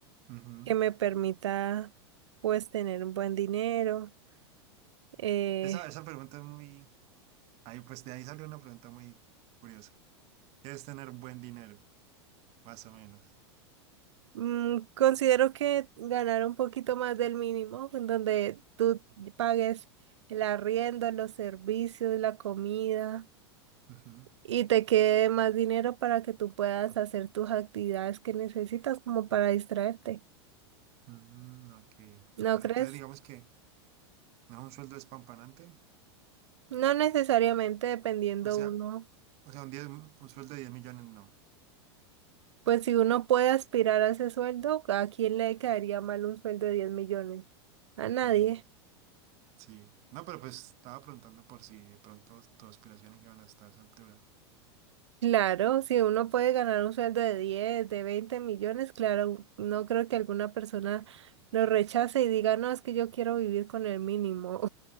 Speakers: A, on the right; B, on the right.
A: Ujú.
B: que me permita pues tener un buen dinero. Eh,
A: Esa, esa pregunta es muy... Ahí, pues de ahí salió una pregunta muy curiosa. ¿Qué es tener buen dinero? Más o menos.
B: mm, considero que ganar un poquito más del mínimo, en donde tú pagues el arriendo, los servicios, la comida
A: Ujú.
B: y te quede más dinero para que tú puedas hacer tus actividades que necesitas como para distraerte.
A: Mm, ok.
B: ¿No
A: Pero
B: crees?
A: entonces digamos que no es un sueldo espampanante.
B: No necesariamente dependiendo
A: O sea,
B: uno.
A: O sea, un, diez un sueldo de 10 millones, no.
B: Pues si uno puede aspirar a ese sueldo, ¿a quién le caería mal un sueldo de 10 millones? A nadie.
A: Mm, sí. No, pero pues estaba preguntando por si de pronto tus aspiraciones iban hasta esa altura.
B: Claro, si uno puede ganar un sueldo de 10, de 20 millones, claro, no creo que alguna persona lo rechace y diga, no, es que yo quiero vivir con el mínimo,